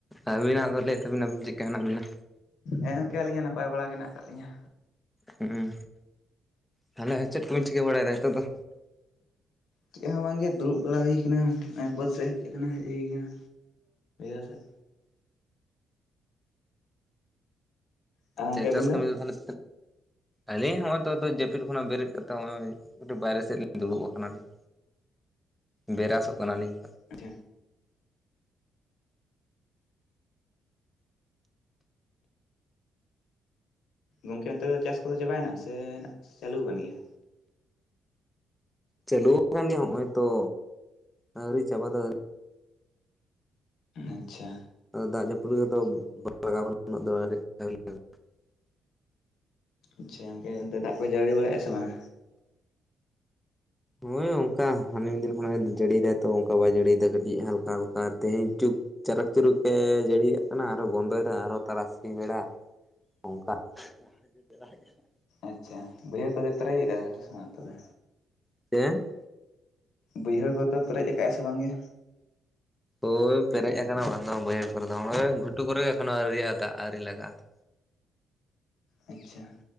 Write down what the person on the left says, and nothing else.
ᱦᱮᱸ ᱜᱚᱢᱠᱮ ᱟᱹᱞᱤᱧ ᱦᱚᱸ ᱱᱟᱯᱟᱭ ᱵᱟᱲᱟ ᱜᱮ ᱦᱮᱱᱟᱜ ᱠᱟᱜ ᱞᱤᱧᱟ᱾
ᱪᱮᱫ ᱦᱚᱸ ᱵᱟᱝᱜᱮ ᱫᱩᱲᱩᱵ ᱵᱟᱲᱟ ᱦᱩᱭ ᱠᱟᱱᱟ ᱱᱚᱜᱼᱚᱭ ᱵᱟᱹᱫ ᱥᱮᱫ ᱦᱮᱡ ᱠᱟᱱᱟ ᱦᱮᱡ ᱦᱩᱭ ᱠᱟᱱᱟ <unintelligible> ᱥᱮᱫᱼᱼ ᱟᱨ ᱜᱚᱝᱠᱮ
ᱟᱹᱵᱤᱱ
ᱟᱪᱪᱷᱟ᱾ ᱜᱚᱢᱠᱮ ᱚᱱᱛᱮ ᱫᱚ ᱪᱟᱥ ᱠᱚᱫᱚ ᱪᱟᱵᱟᱭᱮᱱᱟ ᱥᱮ ᱪᱟᱹᱞᱩᱣᱟᱠᱟ ᱜᱮᱭᱟ
ᱟᱪᱪᱷᱟ
ᱟᱪᱪᱷᱟ ᱜᱚᱢᱠᱮ ᱚᱱᱛᱮ ᱫᱟᱜ ᱠᱚ ᱡᱟᱹᱲᱤ ᱵᱟᱲᱟᱭᱮᱜᱼᱟ ᱥᱮ ᱵᱟᱝ
ᱟᱪᱪᱷᱟ ᱵᱟᱹᱭᱦᱟᱹᱲ ᱠᱚᱫᱚ ᱯᱮᱨᱮᱡ ᱮᱫᱟ ᱢᱟ ᱛᱚᱵᱮ,
ᱵᱟᱹᱭᱦᱟᱹᱲ ᱠᱚ ᱛᱚ ᱯᱮᱨᱮᱡ ᱟᱠᱟᱜ ᱥᱮ ᱵᱟᱝᱜᱮ?
ᱟᱪᱪᱷᱟ